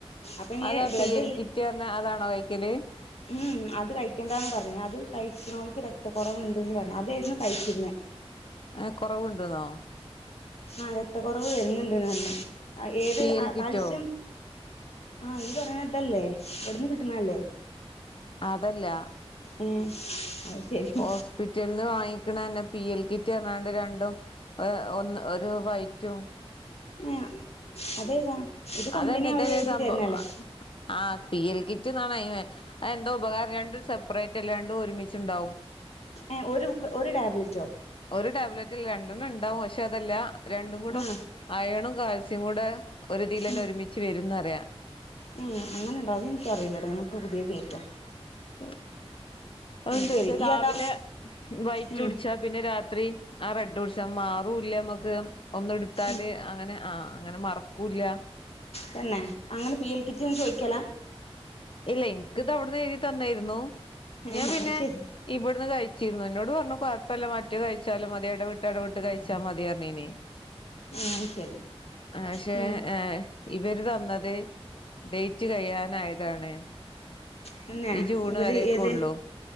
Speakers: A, on the left (about 75°); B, on the left (about 55°).
A: അപ്പൊ ഇനി
B: അതാ
A: ബ്ലഡിൽ
B: പി എൽ കിറ്റ് അർഞ്ഞ അതാണോ കഴിക്കല്
A: ഉം അത് കഴിക്കേണ്ടാണ് പറഞ് അത് കഴിച്ച്ണോൽക്ക് രക്തകൊറവ്ണ്ട്ന്ന് പർഞ്ഞു അതേയ്രുന്നു കഴിച്ചിരുന്നത്
B: ആ കൊറവുണ്ട് ന്നോ
A: ആ രക്ത കൊറവ് വരുന്നുണ്ട്ന്ന് പർഞ് അ ഏത്
B: പി എൽ
A: ആ
B: കിറ്റോ
A: കാൽസ്യം ആഹ ഈ പറയണ തല്ലേ ഇവിട്ന്ന് കിട്ടണല്ലേ
B: അതല്ല
A: ഏ അത് ശരി
B: ഹോസ്പിറ്റൽന്ന് വാങ്ങി ക്കണന്നെ പി എൽ കിറ്റ് പറഞ്ഞാണ്ട് രണ്ടും ഒ ഒന്ന് ഒരു വൈറ്റും
A: ഏഹ് അതേതാ? ഇത് കമ്പനി
B: അതന്നെ ഇതന്നെയാണ്
A: അവര് എഴുതി
B: സംഭവം
A: തരുന്നല്ലേ
B: ആ പി എൽ കി റ്റ് ന്നാണ് അയിന് എന്തോ ഉപകാരം രണ്ടും സെപ്പറേറ്റ് അല്ലാ രണ്ടും ഒരുമിച്ചു ഉണ്ടാവും.
A: ഏഹ് ഒരു ഒരു ടാബ്ലറ്റോ?
B: ഒരു ടാബ്ലറ്റില് രണ്ടെണ്ണം ഉണ്ടാവും പക്ഷേ അതല്ലാ രണ്ടും കൂട
A: ആ
B: അയണും കാൽസ്യം കൂടെ ഒരു ഇതിലെന്നെ
A: ഉം
B: ഒരുമിച്ച് വരു <unintelligible>
A: ഉം അങ്ങനെണ്ടാ അത് എനിക്കറിയില്ലെടാ ഞാനിപ്പോ പുതിയ കേക്കാ.
B: <unintelligible> അതെന്താ
A: ശരി
B: വെച്ചാ
A: ഈ
B: രാവിലെ
A: ഏതാ
B: വൈറ്റ്
A: ഉം
B: കുടിച്ചാ പിന്നെ രാത്രി ആ റെഡ് കുടിച്ചാ മാറൂല്ല നമ്മക്ക് ഒന്ന് എടുത്താല്
A: ഉം
B: അങ്ങനെ ആഹ അങ്ങനെ മറക്കൂല
A: തന്നെ അങ്ങനെ പി എൽ കിറ്റിന്ന് ചോയ്ിക്കലാ
B: ഇല്ല എനിക്കിത് അവിടുന്ന് എഴുതി തന്നായിരുന്നു
A: ഏഹ്
B: ഞാൻ പിന്നെ
A: അത് ശരി
B: ഇവിടുന്ന് കഴിച്ചി എന്നോട് പറഞ്ഞ കൊഴപ്പമല്ല മറ്ററ്റ് കഴിച്ചാലും മതിയുടെ വിട്ടടെ വിട്ട് കഴിച്ചാ മതിയറിഞ്ഞീന
A: ആഹ് അത് ശരി
B: ആക്ഷെ
A: ഉം
B: ഏ ഇവര് തന്നത് ഡേറ്റ് കഴ്യാനായി ഇതാണ്
A: പിന്നെ
B: ഈ ജൂണ്
A: ഇവര്
B: വരെയക്കെ
A: ഏത്
B: ഉള്ളു